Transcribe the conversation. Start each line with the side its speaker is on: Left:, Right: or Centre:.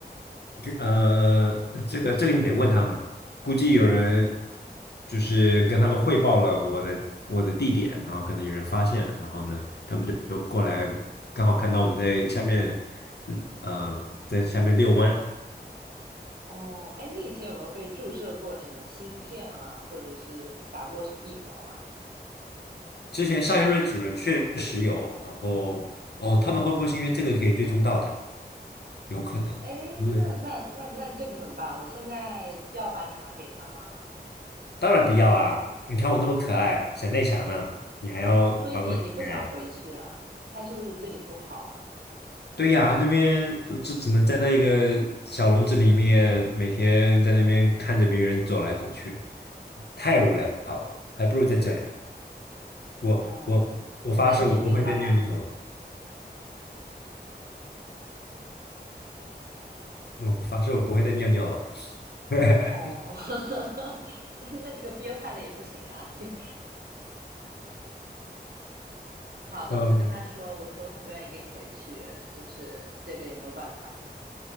Left: 呃，这个这个你得问他们，估计有人就是跟他们汇报了我的我的地点，然后可能有人发现，然后呢，他们就就过来，刚好看到我们在下面，嗯呃，在下面遛弯。
Right: 哦，哎，你以前有没有被注射过什么芯片啊，或者是打过什么疫苗啊？
Left: 之前上一任主人确实有，然后哦，他们会不会是因为这个可以追踪到的？有可能，
Right: 哎，
Left: 他们
Right: 那那那那这可怎么办？我现在要把你还给他吗？
Left: 当然不要啊！你看我这么可爱，闪电侠呢，你还要把我怎么样？
Right: 哦，所以你你不想回去啊？他是不是对你不好啊？
Left: 对呀，那边就只只能站在一个小笼子里面，每天在那边看着别人走来走去，太无聊了，还不如在这里。我我我发誓，
Right: 哦，那你拒绝他吧。
Left: 我不会再尿尿了。我发誓，我不会再尿尿了。<laughs>
Right: 哦，<laughs> 那那这个憋坏了也不行啊。<laughs> 对，好，那我就跟他说，
Left: 嗯，
Right: 我说他不愿意跟你回去，就是这个也没有办法。